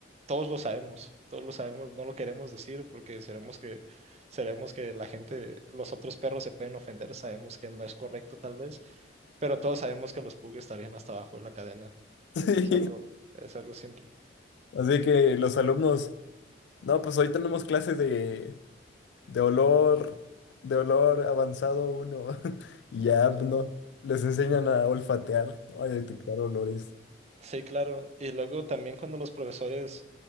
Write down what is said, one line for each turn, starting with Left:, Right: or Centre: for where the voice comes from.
Right: todos lo sabemos, todos lo sabemos, no lo queremos decir porque seremos que, seremos que la gente, los otros perros se pueden ofender, sabemos que no es correcto tal vez, pero todos sabemos que los pugs estarían hasta abajo de la cadena,
Left: Sí.
Right: es algo, es algo simple.
Left: Así que los alumnos, no, pues hoy tenemos clases de de olor, de olor avanzado uno. <laughs> Y ya,
Right: o sea,
Left: pues, no, les enseñan a olfatear, a detectar olores.
Right: sí, claro, y luego también cuando los profesores,